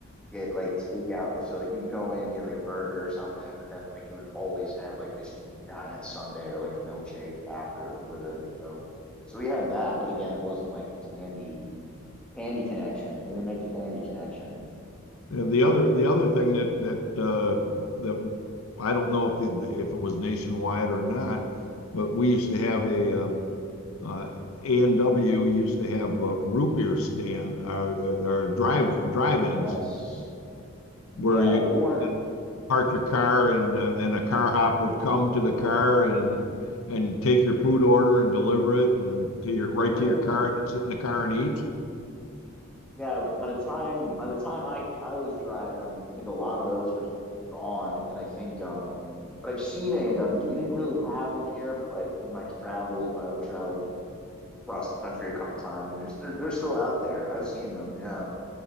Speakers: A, in the centre; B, on the left.
A: get like takeout. So like you would go in and get like a burger or something, but then like you would always have like this giant sundae or like a milkshake after with it. So so we had that, but again, it wasn't like the candy Candy connection. We didn't make the candy connection.
B: And the other the other thing that that uh, that I don't know if it, if it was nationwide or not, but we used to have a uh, uh, A&W used to have a root beer stand or, or drive drive-ins
A: Yeah. Yes. Yeah,
B: where you
A: they weren't
B: park your car and uh, and a car hop would come to the car and and take your food order and deliver it and to your right
A: sure.
B: to your car and sit in the car and eat.
A: Yeah, by the time by the time I I was driving, um, I think a lot of those were just gone. And I think um, but I've seen A and W's. We didn't really have them here, but like in my travels, I've traveled across the country a couple times, and there's- they're they're still out there. I've seen them. Yeah,